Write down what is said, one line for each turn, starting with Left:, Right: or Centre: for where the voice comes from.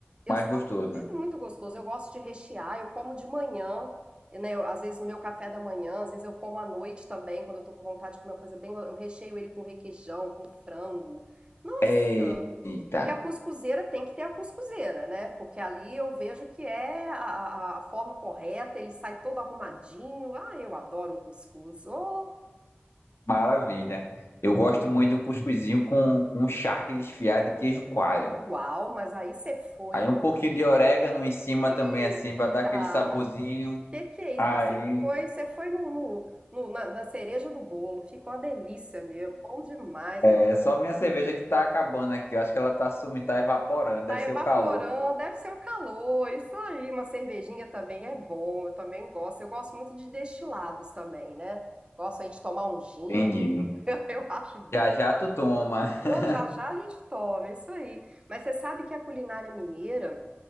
Right: eu
Left: mais
Right: só
Left: gostoso.
Right: é muito gostoso. Eu gosto de rechear, eu como de manhã, né? eu- às vezes no meu café da manhã, às vezes eu como à noite também, quando eu tô com vontade de comer uma coisa bem, go- eu recheio ele com requeijão, com frango. Nossa,
Left: Eita,
Right: e a cuscuzeira tem que ter a cuscuzeira, né? Porque ali eu vejo que é a, a- a forma correta, ele sai todo arrumadinho. Ah, eu adoro um cuscuz. Oh,
Left: maravilha. Eu gosto muito do cuscuzinho com, com charque desfiado e queijo coalho.
Right: uau, mas aí você foi.
Left: Aí um pouquinho de orégano em cima também,
Right: Eita,
Left: assim, pra dar aquele saborzinho.
Right: que que é isso?
Left: Aí,
Right: Então você foi, você foi no, no- no- na, na cereja do bolo. Ficou uma delícia mesmo. Bom demais,
Left: é
Right: meu amigo.
Left: só minha cerveja que tá acabando aqui. Eu acho que ela tá sumindo, tá evaporando, deve
Right: Tá
Left: ser
Right: evaporando,
Left: o calor.
Right: deve ser o calor, isso aí. Uma cervejinha também é bom, eu também gosto. Eu gosto muito de destilados também, né? Gosto aí de tomar um gin,
Left: Entendi.
Right: <laughs> eu acho bom.
Left: Já já tu toma. <laughs>
Right: Ô, já já a gente toma, é isso aí. Mas você sabe que a culinária mineira,